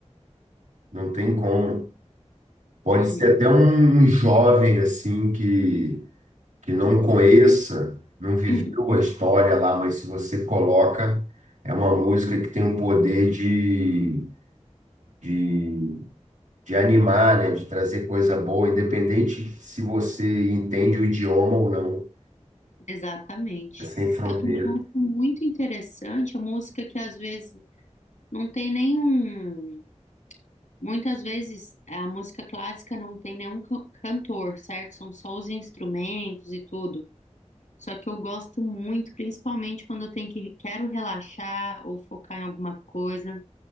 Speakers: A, on the right (about 90°); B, on the left (about 85°).
A: Não tem como. Pode
B: Uhum,
A: ser até um, um jovem assim que, que não conheça, não viveu
B: <clears throat>
A: a história lá, mas se você coloca, é uma música que tem um poder de, de, de animar, né? De trazer coisa boa, independente se você entende o idioma ou não.
B: Exatamente.
A: É sem fronteira.
B: Eu também acho muito interessante a música que às vezes não tem nenhum. Muitas vezes a música clássica não tem nenhum ca- cantor, certo? São só os instrumentos e tudo. Só que eu gosto muito, principalmente quando eu tenho que quero relaxar ou focar em alguma coisa.